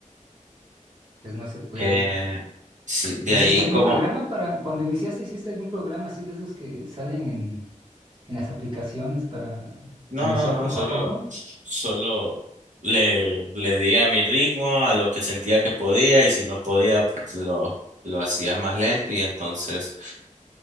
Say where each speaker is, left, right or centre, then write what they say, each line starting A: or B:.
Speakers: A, on the right; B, on the right.
A: pues no se puede.
B: Eh, sí, de
A: ¿Hiciste
B: ahí
A: algún
B: como,
A: programa para, cuando iniciaste, hiciste algún programa así de esos que salen en, en las aplicaciones para
B: no,
A: iniciar
B: no, no,
A: poco
B: solo,
A: a poco?
B: solo le, le di a mi ritmo, a lo que sentía que podía y si no podía, pues lo, lo hacía más lento y entonces